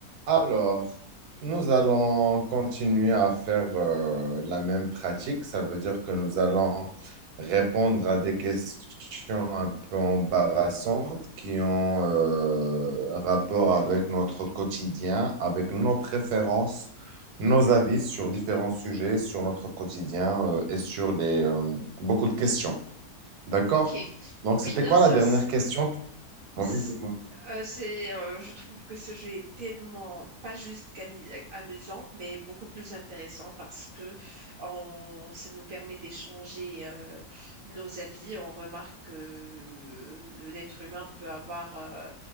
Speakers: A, on the right; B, on the right.
A: Alors, nous allons continuer à faire euh, la même pratique. Ça veut dire que nous allons répondre à des questions un peu embarrassantes qui ont euh, rapport avec notre quotidien, avec nos préférences, nos avis sur différents sujets, sur notre quotidien euh, et sur les, euh, beaucoup de questions. D'accord?
B: Ok,
A: Donc,
B: oui,
A: c'était
B: bien
A: quoi
B: sûr.
A: la dernière
B: c-
A: question?
B: c-
A: Oui, dis-moi.
B: euh, C'est, euh, je trouve que ce jeu est tellement pas juste qu'amu- amusant, mais beaucoup plus intéressant parce que on, ça nous permet d'échanger euh, nos avis. On remarque que euh, l'être humain peut avoir, euh,